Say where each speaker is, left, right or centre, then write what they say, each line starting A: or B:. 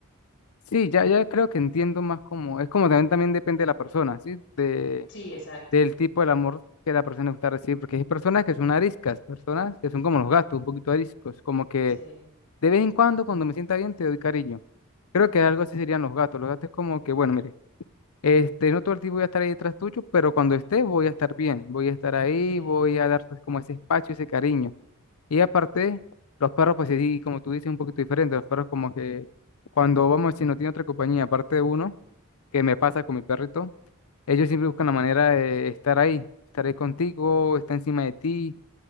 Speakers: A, on the left; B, on the left.
A: Sí, ya, ya creo que entiendo más como, es como también, también depende de la persona, ¿sí? de
B: Sí, exacto.
A: del tipo del amor que la persona le gusta recibir, porque hay personas que son ariscas, personas que son como los gatos, un poquito ariscos, como que
B: Sí,
A: de vez en cuando, cuando me sienta bien, te doy cariño. Creo que algo así serían los gatos. Los gatos es como que, bueno, mire, este, no todo el tiempo voy a estar ahí detrás tuyo, pero cuando esté voy a estar bien, voy a estar ahí,
B: sí,
A: voy a darte como ese espacio, ese cariño. Y aparte, los perros, pues sí, como tú dices, un poquito diferente. Los perros como que cuando vamos, si no tiene otra compañía, aparte de uno, que me pasa con mi perrito, ellos siempre buscan la manera de estar ahí, estar ahí contigo, estar encima de ti,